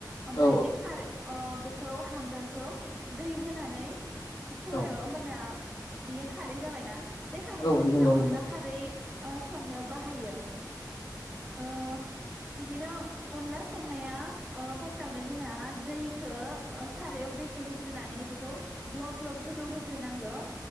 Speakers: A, in the centre; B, on the left (about 75°).
A: ओमफ्राय
B: औ
A: बे खारै अ बेखौ हांगारखौ दै होनानै सरो
B: औ
A: ओमबाना बियो खारै जाबायना बे खारैखोनो
B: औ नंगौ
A: जोंना
B: नोंथां
A: अनला खारै ओ संनायाव बाहायो। ओ बिदिनो अनला संनाया ओ फास्टावनो जोंना दैखो सारायाव दै खो होग्रोनानै बेखौ ग्लब ग्लब गोदौ होग्रोनांगौ।